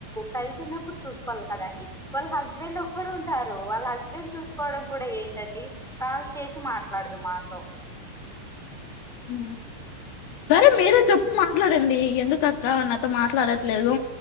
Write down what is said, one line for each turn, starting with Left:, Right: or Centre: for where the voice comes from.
Centre: కలిసి ఉన్నప్పుడు చూసుకోవాలి కదండి వాళ్ళ హస్బెండ్ ఒక్కరు ఉంటారు వాళ్ళ హస్బెండ్ చూసుకోవడం కూడా ఏంటండి కాల్ చేసి మాట్లాడదు మాతో
Left: ఉ సరే మీరే చెప్పు మాట్లాడండి ఎందుకక్క నాతో మాట్లాడట్లేదు